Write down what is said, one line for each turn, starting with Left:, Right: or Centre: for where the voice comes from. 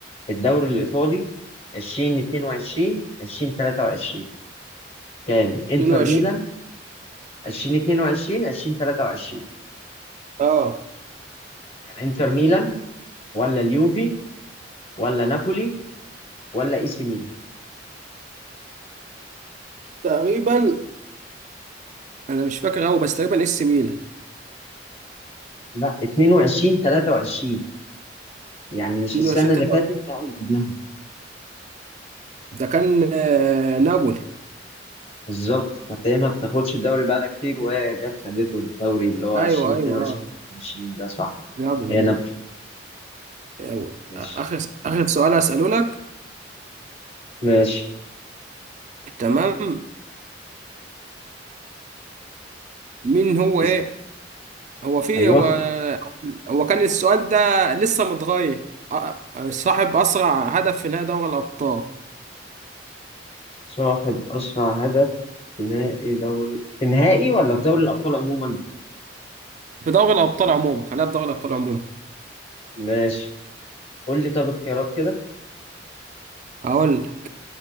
Left: الدوري الإيطالي 2022 2023 كان انتر
Right: 22
Left: ميلان 2022 2023
Right: أه
Left: انتر ميلان ولا اليوفي ولا نابولي ولا اي سي ميلان
Right: تقريبا أنا مش فاكر أوي بس تقريبا إس ميلان
Left: لا 22 23 يعني مش
Right: 22
Left: السنه اللي
Right: 23.
Left: فاتت لا اللي قبلها
Right: ده كان آه، نابولي
Left: بالظبط فهي ما بتاخدش الدوري بقالها كتير وهي جت خدته الدوري اللي هو
Right: أيوه
Left: 20 22
Right: أيوه أه
Left: 23 ده صح
Right: نابولي
Left: هي
Right: نابولي.
Left: نابولي
Right: أيوة.
Left: ماشي
Right: آخر آخر سؤال أسأله لك
Left: ماشي
Right: تمام مين هو
Left: اسم
Right: إيه هو في
Left: ايوه
Right: هو هو كان السؤال ده لسه متغير آه، آه، صاحب أسرع هدف في نهائي دوري الأبطال
Left: صاحب اسرع هدف في نهائي دوري في نهائي ولا في دوري الابطال عموما
Right: في دوري الأبطال عموما خلينا في دوري الأبطال عموما
Left: ماشي قول لي طب اختيارات كده
Right: أقول لك.